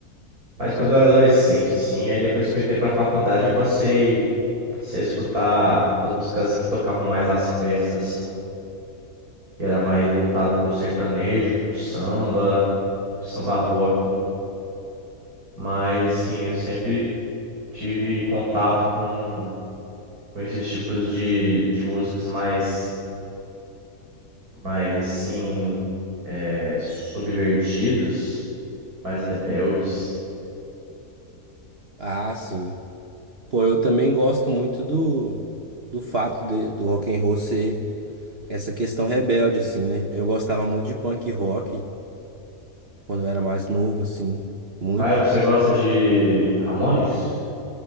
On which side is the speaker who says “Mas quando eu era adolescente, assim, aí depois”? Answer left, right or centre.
Right